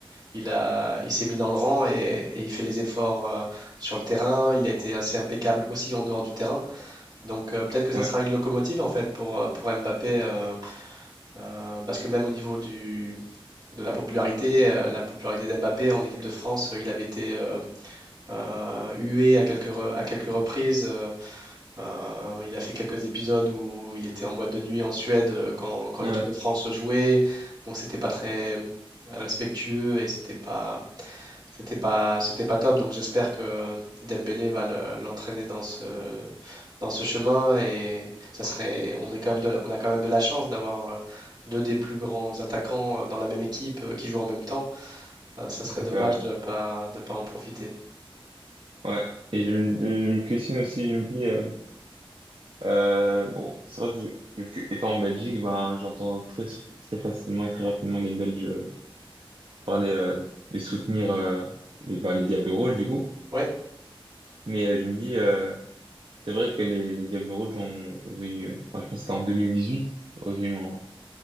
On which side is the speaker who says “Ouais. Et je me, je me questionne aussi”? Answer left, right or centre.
Right